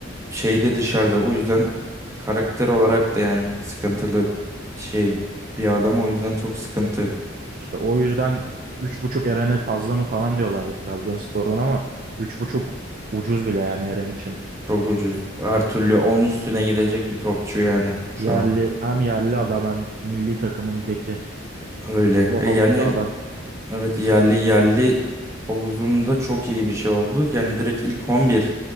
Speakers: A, on the right; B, on the right.
A: şeyde dışarıda o yüzden karakter olarak da yani sıkıntılı şey bir adam o yüzden çok sıkıntı.
B: İşte o yüzden üç buçuk Eren'e fazla mı falan diyorlardı Trabzonspor'dan ama üç buçuk ucuz bile yani Eren için.
A: Çok ucuz. Her türlü 10 üstüne gidecek bir topçu yani şu
B: Yerli
A: an.
B: hem yerli adam hem milli takımın beki.
A: Öyle.
B: O
A: E
B: havuzda
A: yani
B: adam.
A: evet yerli yerli havuzunda çok iyi bir şey oldu. Yani direkt ilk 11